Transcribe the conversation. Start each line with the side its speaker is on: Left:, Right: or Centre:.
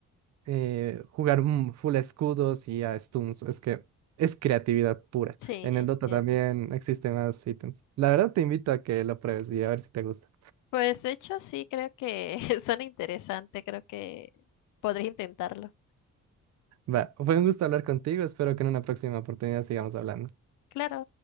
Right: eh, jugar un full escudos y a stuns. Es que es creatividad pura.
Left: Sí,
Right: En
Left: entiendo.
Right: el Dota también existen más ítems. La verdad te invito a que lo pruebes y a ver si te gusta.
Left: Pues de hecho sí, creo que <laughs> suena interesante, creo que podría intentarlo.
Right: Va, fue un gusto hablar contigo. Espero que en una próxima oportunidad sigamos hablando.
Left: Claro.